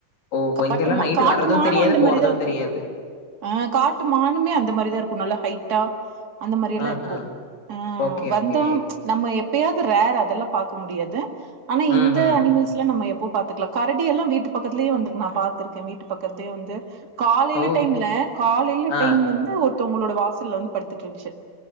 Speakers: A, on the left; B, on the right.
A: ஓஹோ!
B: காட்டுமா
A: இங்கலாம் நைட்
B: காட்டுமானும்
A: வர்றதும் தெரியாது,
B: அந்த மேரியேதான்
A: போறதும்
B: இருக்கும்
A: தெரியாது.
B: ஆ காட்டு மானுமே அந்த மாரிதான் இருக்கும் நல்லா ஹைட்டா அந்த மாரி எல்லாம்
A: ஆஹா.
B: இருக்கும் ஆ
A: ஓகே,
B: வந்தோ
A: ஓகே.
B: நம்ம எப்பயாது ரேர் அதெல்லாம் பார்க்க முடியாது ஆனா
A: ம்ஹ்ம்.
B: இந்த அனிமல்ஸ் என்னம்மா எப்போ பாத்துக்கலாம் கரடி எல்லாம் வீட்டு பக்கத்துலேயே வந்துருக்கு நான் பாத்துருக்கேன் வீட்டு பக்கத்லயே வந்து காலையில
A: ஓ!
B: டைம்ல காலையில
A: ஆ.
B: டைம் வந்து ஒருத்தவங்களோட வாசல்ல வந்து படுத்துட்டு இருந்துச்சு